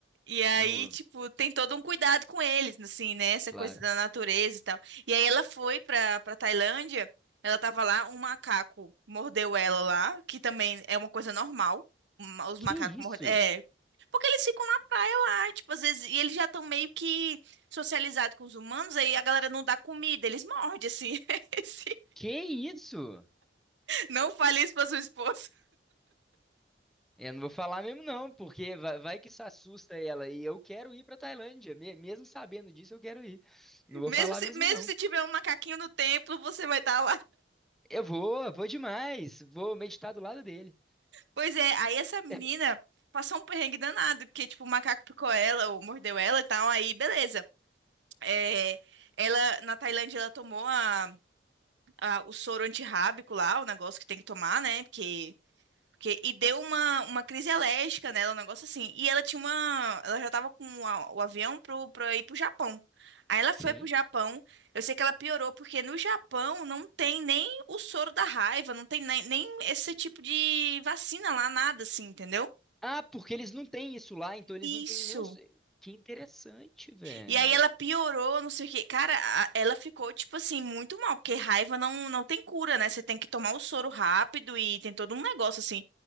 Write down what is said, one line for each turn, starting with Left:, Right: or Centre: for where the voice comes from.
Right: E aí,
Centre: no,
Right: tipo, tem todo um cuidado com eles, assim, né? Essa
Centre: claro.
Right: coisa da natureza e tal. E aí ela foi pra, pra Tailândia, ela tava lá, um macaco mordeu ela lá, que também é uma coisa normal. ma- Os
Centre: Que
Right: macacos
Centre: isso?
Right: mordem. É. Porque eles ficam na praia lá, tipo, às vezes, e eles já estão meio que socializados com os humanos, aí a galera não dá comida, eles mordem, assim. <laughs> Assim.
Centre: Que isso?
Right: Não fale isso pra sua esposa.
Centre: Eu não vou falar mesmo, não, porque vai, vai que isso assusta ela. E eu quero ir pra Tailândia. me- mesmo sabendo disso, eu quero ir. Não vou
Right: Mesmo
Centre: falar
Right: se,
Centre: mesmo,
Right: mesmo
Centre: não.
Right: se tiver um macaquinho no templo, você vai estar
Centre: Eu vou, vou demais. Vou meditar do lado dele.
Right: Pois é, aí essa menina
Centre: <laughs>
Right: passou um perrengue danado, porque, tipo, o macaco picou ela, ou mordeu ela e tal, aí beleza. É, ela, na Tailândia, ela tomou a, a- o soro antirrábico lá, o negócio que tem que tomar, né? Porque, porque, e deu uma, uma crise alérgica nela, um negócio assim. E ela tinha uma. Ela já tava com a- o avião pro, pra ir pro Japão. Aí ela
Centre: Sim.
Right: foi pro Japão. Eu sei que ela piorou, porque no Japão não tem nem o soro da raiva, não tem nem, nem esse tipo de vacina lá, nada assim, entendeu?
Centre: Ah, porque eles não têm isso lá, então eles não
Right: Isso.
Centre: têm nem os. Que interessante, velho.
Right: E aí ela piorou, não sei o quê. Cara, a- ela ficou, tipo assim, muito mal, porque raiva não, não tem cura, né? Você tem que tomar o soro rápido e tem todo um negócio assim.